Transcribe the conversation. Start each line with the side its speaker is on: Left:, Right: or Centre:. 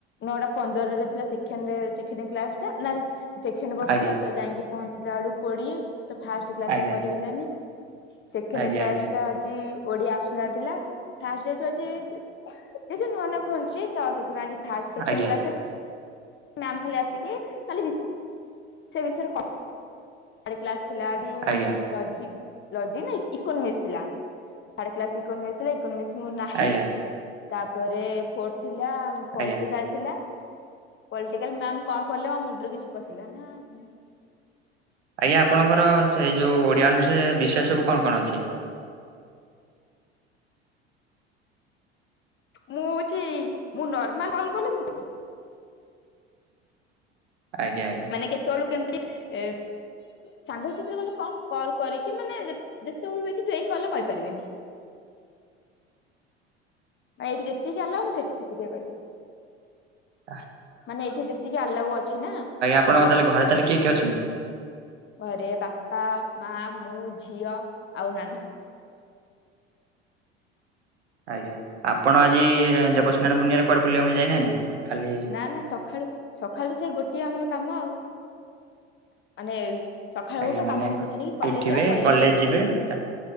Left: ନଅଟା ପନ୍ଦରରେ ଥିଲା ସେକେଣ୍ଡ ସେକେଣ୍ତ କ୍ଲାସ ଟା ନା ସେକେଣ୍ଡ ବସ
Right: ଆଜ୍ଞା
Left: ଥିଲା ତ ଯାଇକି ପହଞ୍ଚିଲା ବେଳକୁ କୋଡିଏ ତ ଫାଷ୍ଟ କ୍ଲାସ
Right: ଆଜ୍ଞା
Left: ଆଉ କରିହେଲାନି। ସେକେଣ୍ଡ
Right: ଆଜ୍ଞା
Left: କ୍ଲାସ
Right: ଆଜ୍ଞା
Left: ଟା ଆଜି ଓଡିଆ ଅପ୍ସ ନାଲ୍ ଥିଲା ଫାଷ୍ଟ ଯେହେତୁ ଆଜି ଯେହେତୁ ନୂଆ ନୂଆ ଖୋଲୁଛି ତ ସେଥିପାଇଁ ଆଜି ଫାଷ୍ଟ ସେକେଣ୍ଡ
Right: ଆଜ୍ଞା
Left: କ୍ଲାସରେ ମ୍ୟାମ ଖାଲି ଆସିକି ଖାଲି ବିଷୟ ସେ ବିଷୟରେ କଥା <inaudible> କ୍ଲାସ ଥିଲା ରିଲ
Right: ଆଜ୍ଞା ଆଜ୍ଞା
Left: ଲଜିକ୍ ଲଜିକ ନାଇଁ ଇକୋନୋମିକ୍ସ ଥିଲା ଥାର୍ଡ କ୍ଲାସ ଇକୋନୋମିକ୍ସ ଥିଲା ଇକ ଇକୋନୋମିକ୍ସ ମୁଁ ନାହିଁ
Right: ଆଜ୍ଞା
Left: ତାପରେ ଫୋର୍ଥ ଥିଲା
Right: ଆଜ୍ଞା
Left: ପଲ୍ଟିକାଲ ଥିଲା। ପଲ୍ଟିକାଲ ମ୍ୟାମ କଣ ପଢେଇଲେ ମୋ ମୁଣ୍ଡରେ କିଛି ପଶିଲା ନାହିଁ।
Right: ଆଜ୍ଞା ଆପଣଙ୍କର ସେଇ ଯୋଉ ଓଡିଆ ଅନର୍ଷରେ ବିଷୟ ସବୁ କଣ କଣ ଅଛି?
Left: ମୁଁ ହଉଛି ମୁଁ ନର୍ମାଲ କଲ କଲେ ମୁଁ କହିବି।
Right: ଆଜ୍ଞା ଆଜ୍ଞା।
Left: ମାନେ କେତେବେଳୁ କେମିତି ଏ ସାଙ୍ଗ ସାଥିରେ ଗଲେ କଣ କଲ୍ କରିକି ମାନେ ଯେ ଯେତେବେଳେ କିନ୍ତୁ ଏଇ କଲ ରେ କହିପାରିବିନି। ମାନେ ଏଇଠି ଯେତିକି ଆଲାଉ ମୁଁ ସେତି ସେତିକିରେ କହିବି।
Right: ଆହଃ।
Left: ମାନେ ଏଇଠି ଯେତିକି ଆଲାଉ ଅଛି ନା
Right: ଆପଣଙ୍କ
Left: ତ
Right: ତାହେଲେ ଘରେ ତାହେଲେ କିଏ କିଏ ଅଛନ୍ତି?
Left: ଘରେ ବାପା, ମାଁ, ମୁଁ, ଝିଅ ଆଉ ନାନା।
Right: ଆଜ୍ଞା ଆପଣ ଆଜି ଦେବସ୍ନାନ ପୂର୍ଣିମାରେ କୁଆଡେ ବୁଲିବାକୁ ଯାଇନାହାନ୍ତି ଖାଲି
Left: ନା ନା ସକାଳୁ ସକାଳୁ ସେ ଗୋଟିଏ ଆମର କାମ ଆଉ। ମାନେ ସକାଳୁ
Right: ଆଜ୍ଞା
Left: ଉଠ
Right: ମାନେ
Left: କାମ ଧନ୍ଦା ସାରିକି କଲେଜ
Right: ଉଠିବେ
Left: ଯାଅ କଲେଜରୁ
Right: କଲେଜ
Left: ଆସିକି
Right: ଯିବେ ତା